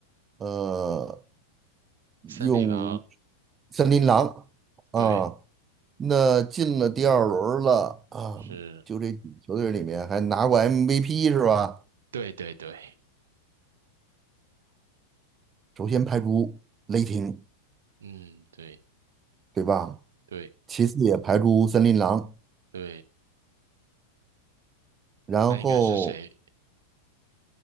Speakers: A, on the right; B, on the right.
A: 呃
B: 森利狼，
A: 勇森林狼啊。
B: 对，
A: 那进了第二轮了啊，
B: 是，
A: 就这几球队里面还拿过 MVP 是吧？
B: 对对对，
A: 首先排除雷霆，
B: 嗯，对
A: 对吧？
B: 对
A: 其次也排除森林狼，
B: 对，
A: 然后
B: 那应该是谁？